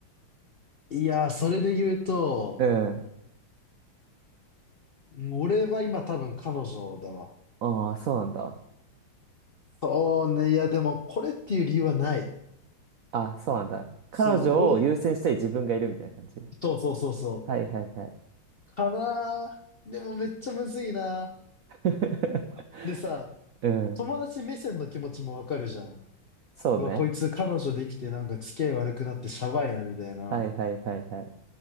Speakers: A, on the left (about 65°); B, on the right (about 80°).
A: いやー、それで言うと、
B: うん。
A: うん俺は今多分彼女だわ。
B: ああ、そうなんだ。
A: そうね。いや、でも、これっていう理由はない。
B: あ、そうなんだ。
A: そう、
B: 彼女を優先したい自分がいるみたいな感じ。
A: 論、そうそうそうそう。
B: はいはいはい。
A: かなあでもめっちゃむずいな。
B: <laughs>
A: でさ、
B: うん。
A: 友達目線の気持ちもわかるじゃん。
B: そうね。
A: うわ、こいつ彼女できてなんか付き合い悪くなってシャバいなみたいな。
B: はいはいはいはい。